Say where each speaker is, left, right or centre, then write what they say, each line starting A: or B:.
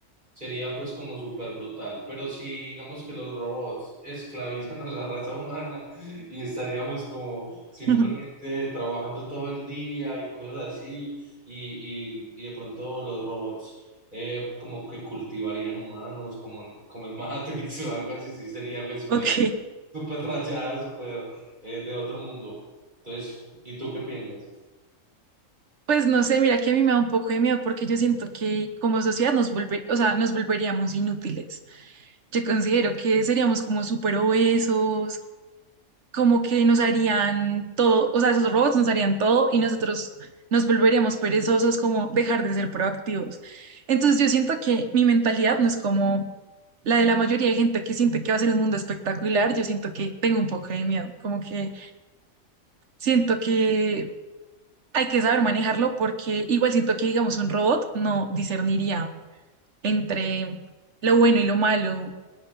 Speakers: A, on the right; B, on the right.
A: Sería pues como súper brutal, pero si digamos que los robots esclavizan a la raza humana y estaríamos como simplemente
B: <laughs>
A: trabajando todo el día y cosas así, y, y, y de pronto los robots eh, como que cultivarían humanos como en, como en Matrix <laughs> o algo así, sí sería pues súper
B: Ok,
A: súper rayado, súper eh, de otro mundo. Entonces, ¿y tú qué piensas?
B: pues no sé, mira que a mí me da un poco de miedo porque yo siento que como sociedad nos volve- o sea, nos volveríamos inútiles. Yo considero que seríamos como súper obesos, como que nos harían todo, o sea, esos robots nos harían todo y nosotros nos volveríamos perezosos, como dejar de ser proactivos. Entonces yo siento que mi mentalidad no es como la de la mayoría de gente que siente que va a ser un mundo espectacular, yo siento que tengo un poco de miedo, como que siento que hay que saber manejarlo porque igual siento que, digamos, un robot no discerniría entre lo bueno y lo malo,